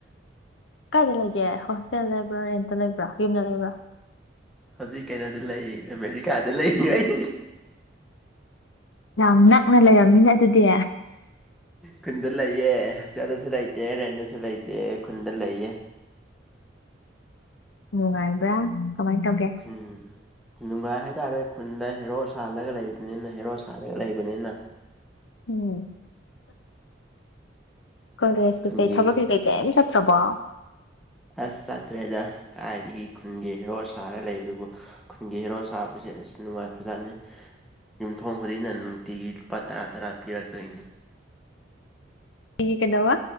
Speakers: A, on the left; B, in the centre.
A: ꯀꯥꯏꯗ ꯂꯩꯒꯦ ꯍꯣꯁꯇꯦꯜ ꯂꯩꯕ꯭ꯔꯥ ꯔꯦꯟꯇ ꯂꯩꯕ꯭ꯔꯥ ꯌꯨꯝꯗ ꯂꯩꯕ꯭ꯔꯥ
B: ꯍꯧꯖꯤꯛ ꯀꯩꯅꯣꯗ ꯂꯩ ꯑꯃꯦꯔꯤꯀꯥꯗ ꯂꯩ ꯑꯩ
A: ꯌꯥꯝ ꯅꯛꯅ ꯂꯩꯔꯝꯃꯤꯅ ꯑꯗꯨꯗꯤ
B: ꯈꯨꯟꯗ ꯂꯩꯌꯦ ꯍꯣꯁꯇꯦꯜꯗꯁꯨ ꯂꯩꯇꯦ ꯔꯦꯟꯗꯁꯨ ꯂꯩꯇꯦ ꯈꯨꯟꯗ ꯂꯩꯌꯦ
A: ꯅꯨꯡꯉꯥꯏꯕ꯭ꯔꯥ ꯀꯃꯥꯏ ꯇꯧꯒꯦ
B: ꯎꯝ ꯅꯨꯡꯉꯥꯏ ꯍꯥꯏꯇꯥꯔꯦ ꯈꯨꯟꯗ ꯍꯦꯔꯣ ꯁꯥꯜꯂꯒ ꯂꯩꯕꯅꯤꯅ ꯍꯦꯔꯣ ꯁꯥꯔꯒ ꯂꯩꯕꯅꯤꯅ
A: ꯎꯝ ꯀꯣꯂꯦꯁ ꯀꯩ
B: ꯈꯨꯟꯒꯤ
A: ꯀꯩ ꯊꯕꯛ ꯀꯩ ꯀꯩ ꯀꯦꯝ ꯆꯠꯇ꯭ꯔꯕꯣ
B: ꯑꯁ ꯆꯠꯇ꯭ꯔꯦꯗ ꯀꯥꯏꯗꯒꯤ ꯈꯨꯟꯒꯤ ꯍꯦꯔꯣ ꯁꯥꯔ ꯂꯩꯕꯗꯨꯕꯨ ꯈꯨꯟꯒꯤ ꯍꯦꯔꯣ ꯁꯥꯕꯁꯦ ꯑꯁ ꯅꯨꯡꯉꯥꯏꯈ꯭ꯔꯖꯥꯠꯅꯤ ꯌꯨꯝꯊꯣꯡ ꯈꯨꯗꯤꯡꯅ ꯅꯨꯡꯇꯤꯒꯤ ꯂꯨꯄꯥ ꯇꯔꯥ ꯇꯔꯥ ꯄꯤꯔꯛꯇꯣꯏꯅꯤ
A: ꯇꯤꯒꯤ ꯀꯩꯗꯧꯕ